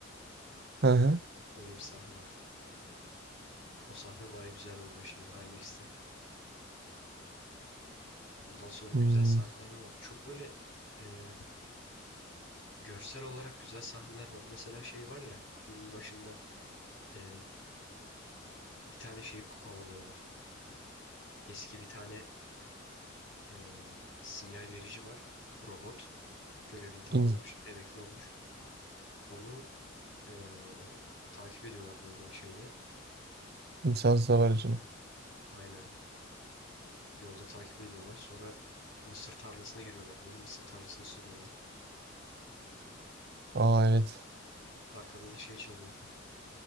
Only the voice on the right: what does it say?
Hı hı.
Hmm,
in,
insansız hava aracını.
Aa evet.